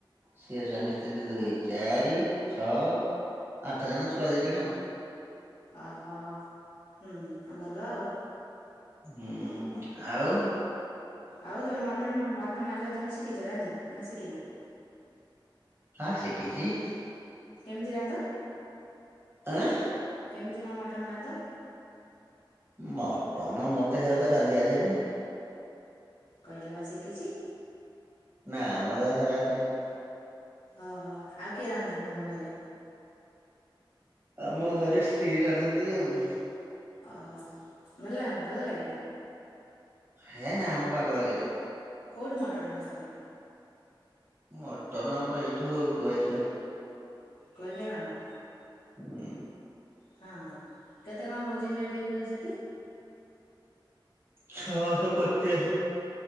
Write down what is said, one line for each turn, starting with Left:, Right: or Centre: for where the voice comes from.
Right: ସିଏ ସ୍ୱାମୀ ସ୍ତ୍ରୀ ଦୁଇ ଚାରି ଛଅ ଆଠ ଜଣ ଛୁଆ ଦିଇ ଜଣ ଆଉ।
Left: ଓହୋ ହୁଁ ଆଉ ଭଲ ଆଉ।
Right: ହୁଁ ଆଉ।
Left: ଆଉ ତମେ ମଟନ୍ ମଟନ୍ ଆଣିଲେ ତମେ ଶିକିଚ ରାନ୍ଧି ନା ଶିଖିନା।
Right: ହଁ ଶିକିଚି।
Left: କେମିତି ରାନ୍ଧ
Right: ଆଁ
Left: କେମିତି କଣ ମଟନ୍ ରାନ୍ଧ।
Right: ମଟନ ମତେ ହେରା ତ ରାନ୍ଧି ଆସେନି।
Left: କହିଲ ପା ଶିକିଚି।
Right: ନା ମତେ ହେରା ଖାଇନି।
Left: ଓହୋ ଆଉ କିଏ ରାନ୍ଧୁଚି ତମ ଘରେ।
Right: ଆମ ଘରେ ସ୍ତ୍ରୀ ରାନ୍ଧନ୍ତି ଆଉ।
Left: ଓହୋ ଭଲ ଲାଗ ଭଲ ଲାଗେ ନା।
Right: ହେ ନାଁମ ବାଗ ଲାଗେନି।
Left: କୋଉଠୁ ମଟନ୍ ଆଣ ତମେ।
Right: ମଟନ ଆମର ଏଇଠୁ କୁଆଖିଆ।
Left: କହିକି ଆଣନା।
Right: ହୁଁ।
Left: ହଁ କେତେ କଣ ନୋଉଚି ରେଟ୍ ସେଠି।
Right: ଛଅଶହ ପଚାଶେ।